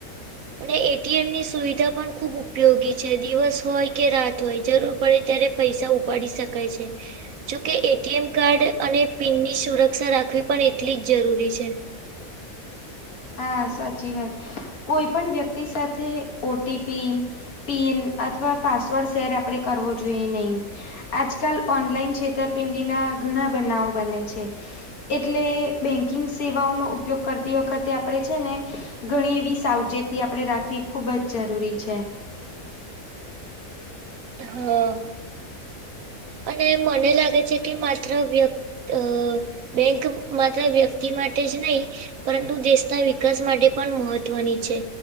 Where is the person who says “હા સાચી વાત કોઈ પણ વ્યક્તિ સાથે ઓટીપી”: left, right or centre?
Left